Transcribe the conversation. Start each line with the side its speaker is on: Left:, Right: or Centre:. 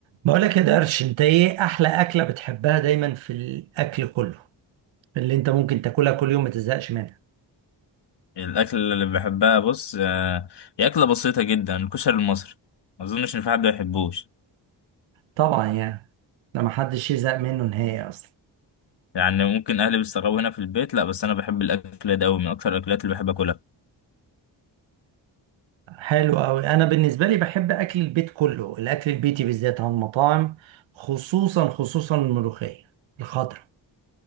Right: بقولك يا درش انت ايه احلى اكلة بتحبها دايما في الاكل كله اللي انت ممكن تاكلها كل يوم ما تزهقش منها
Left: الاكل اللي بحبها بص آه، هي اكله بسيطه جدا الكشري المصري ما اظنش ان في حد ما يحبوش
Right: طبعا يعني ده ما حدش يزهق منه نهائي اصلا
Left: يعني ممكن اهلي بيستغربوا هنا في البيت لا بس انا بحب الاكل ده قوي من اكتر الاكلات اللي بحب اكلها
Right: حلو قوي انا بالنسبة لي بحب اكل البيت كله الاكل البيتي بالذات عن المطاعم خصوصا خصوصا الملوخية الخضراء